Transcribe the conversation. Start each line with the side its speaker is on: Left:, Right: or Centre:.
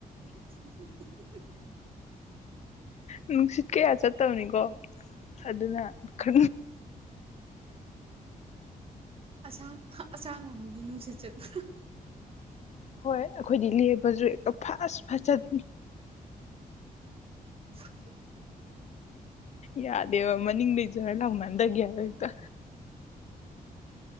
Right: <unintelligible>
Left: ꯅꯨꯡꯁꯤꯠ ꯀꯌꯥ ꯆꯠꯇꯕꯅꯤꯀꯣ ꯑꯗꯨꯗꯅ ꯀ
Right: ꯑꯁꯥꯡ ꯑꯁꯥꯡꯕꯣꯝ ꯃꯤꯅꯤ ꯅꯨꯡꯁꯤꯠ ꯆꯠꯇꯅꯥ
Left: ꯍꯣꯏ ꯑꯩꯈꯣꯏꯗꯤ ꯂꯦꯕꯁꯨ ꯍꯦꯛꯇ ꯐꯁ ꯐ ꯆꯠ
Right: <unintelligible>
Left: ꯌꯥꯗꯦꯕ ꯃꯅꯤꯡ ꯂꯩꯖꯔ ꯂꯥꯎꯅꯟꯗꯒꯦꯗꯣ ꯍꯦꯛꯇ